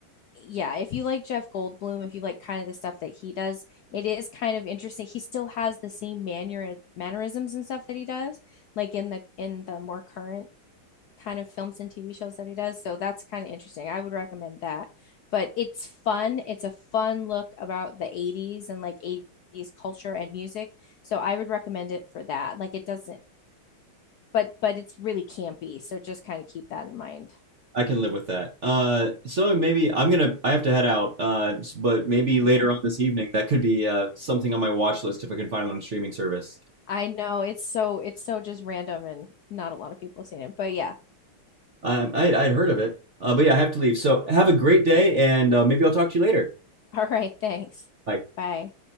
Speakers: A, on the left (about 70°); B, on the right (about 55°).
A: yeah, if you like Jeff Goldblum, if you like kind of the stuff that he does, it is kind of interesting. He still has the same manner mannerisms and stuff that he does, like in the in the more current kind of films and TV shows that he does. So that's kind of interesting. I would recommend that. But it's fun. It's a fun look about the 80s and like 80s culture and music. So I would recommend it for that. Like it doesn't, but but it's really campy. So just kind of keep that in mind.
B: I can live with that. Uh, so maybe I'm gonna, I have to head out. Uh, s- but maybe later
A: Okay.
B: on this evening, that could be uh, something on my watch list if I can find it on a streaming service.
A: I know it's so it's so just random and not a lot of people have seen it. But yeah.
B: Um, I'd, I'd heard of it. Uh, but yeah, I have to leave. So have a great day, and uh, maybe I'll talk to you later.
A: <laughs> All right, thanks.
B: Bye.
A: Bye.